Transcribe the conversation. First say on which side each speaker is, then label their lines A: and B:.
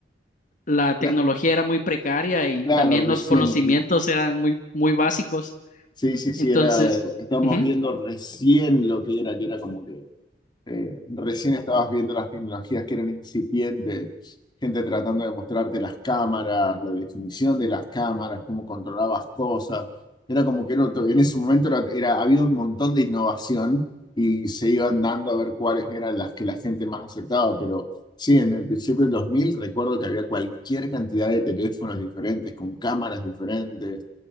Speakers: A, on the left; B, on the left.
A: la
B: Cla-
A: tecnología era muy precaria y
B: Claro,
A: también
B: recién.
A: los conocimientos eran muy, muy básicos.
B: Sí, sí, sí,
A: Entonces,
B: era, eh, estamos
A: ujú,
B: viendo recién lo que era, que era como que eh, recién estabas viendo las tecnologías que eran incipientes, gente tratando de mostrarte las cámaras, la definición de las cámaras, cómo controlabas cosas. Era como que era otro- en ese momento era, era- había un montón de innovación y se iban dando a ver cuáles eran las que la gente más aceptaba, pero sí, en el principio del 2000 recuerdo que había cualquier cantidad de teléfonos diferentes, con cámaras diferentes.